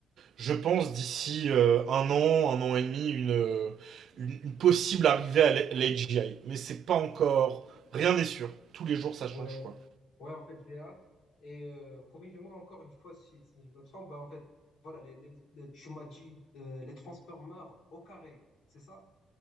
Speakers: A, on the right; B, on the left.
A: je pense, d'ici euh, un an, un an et demi, une, euh, une, une possible arrivée à l'AGI. Mais c'est pas encore, rien n'est sûr. Tous les jours, ça
B: Ouais.
A: change, quoi.
B: Ouais, en fait, j'ai hâte. Et euh, corrige-moi encore une fois si, si je me trompe. Bah, en fait, voilà, les, les- les- tu m'as dit euh, les Transformers au carré, c'est ça?